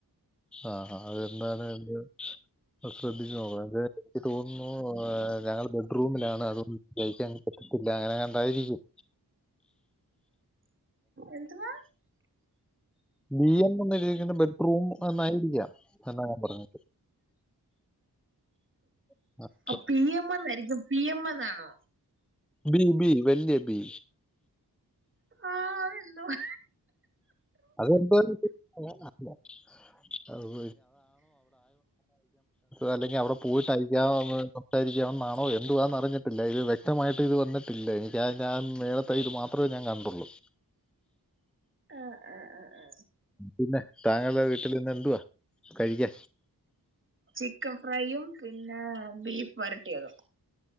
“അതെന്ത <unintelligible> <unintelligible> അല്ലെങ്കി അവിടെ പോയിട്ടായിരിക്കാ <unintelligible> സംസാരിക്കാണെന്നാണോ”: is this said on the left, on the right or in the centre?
Centre